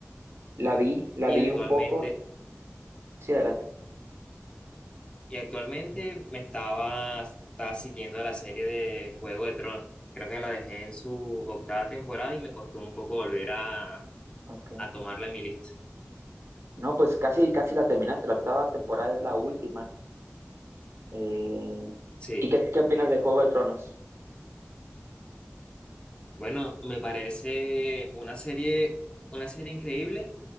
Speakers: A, on the right; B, on the left.
A: La vi, la
B: y
A: vi
B: actualmente,
A: un poco. Sí, adelante.
B: y actualmente me estaba, estaba siguiendo la serie de Juego de Tronos. Creo que la dejé en su octava temporada y me costó un poco volver a,
A: Ok.
B: a tomarla en mi lista.
A: No, pues casi, casi la terminaste. La octava temporada es la última. Eh,
B: Sí,
A: ¿y qué, qué opinas de Juego de Tronos?
B: bueno, me parece una serie, una serie increíble